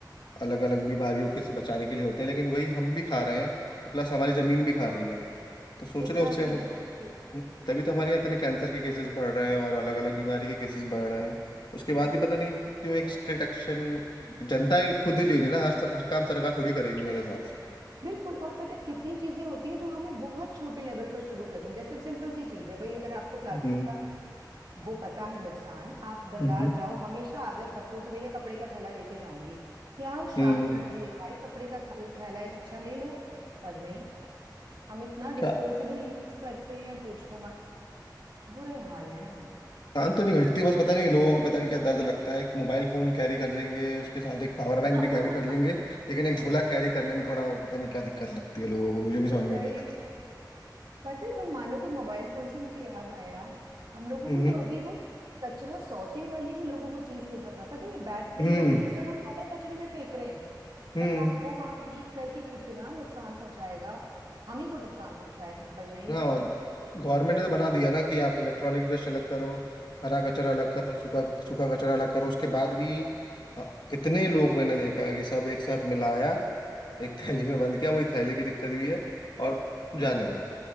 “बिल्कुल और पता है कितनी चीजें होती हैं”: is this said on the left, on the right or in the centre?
Right